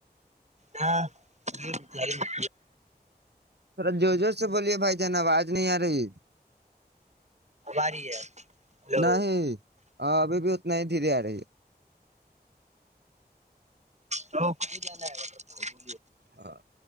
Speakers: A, on the right (about 40°); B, on the right (about 75°).
A: ہاں یہاری مک
B: تھذرا زور زور سے بولیے بھائی جان آواز نہیں آ رہی
A: اری ہے للو
B: نہیں ہاں ابھی بھی اتنا ہی دھیر آ رہی ہے
A: تو ک جنا ہے ب
B: ہاں